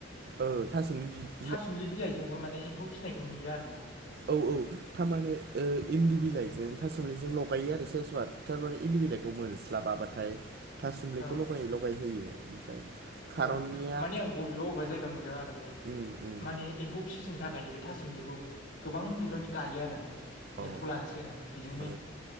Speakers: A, on the right (about 55°); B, on the left (about 70°).
A: औ थासुमलि बि
B: थासुमलि बिलाइजोंबो माने एम्फौ फिसिनायखौ नुयो आरोना नोंथां।
A: औ औ थारमाने ओ इन्दि बिलाइजों था सिमलिजों लगायो सोरबा सोरबा। थारमाने इन्दि बिलाइखौ मोनस्लाबाबाथाय थासुमलिखौ
B: औ
A: लगायै लगाय होयो ओमफ्राय खारननिया
B: औ औ माने आं बबेबा बबेबा जायगायाव नुदों आरो बे
A: ओम ओम
B: माने एम्फौ फिसिनो थाखाय बे थासुम्लिखौ गोबां बिबांनि गायो आरो ओमफाय
A: औ
B: एम्फौ लानोसै आरो ओमफ्राय बिजों
A: ओ